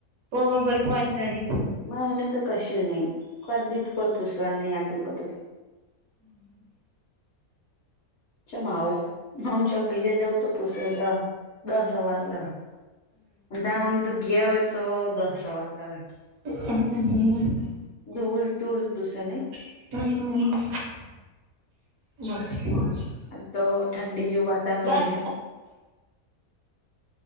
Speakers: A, on the right; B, on the left.
A: ઓવ બોલ ફોન કરી
B: મા મમ્મીને તો કશું નહી કો દીપ કોઈ પુસવાનું નહીં આટલું બધું
A: હમ.
B: ચમ આવું આમ ચમ બીજે જઉં તો પુસે દસ સવાલ કરે અને તાર મમ્મી તું ઘેર હોય તો દસ સવાલ કરે.
A: <unintelligible>
B: <unintelligible> નહીં
A: <unintelligible>
B: તો ઠંડી જેવું વાતાવરણ
A: બસ
B: હે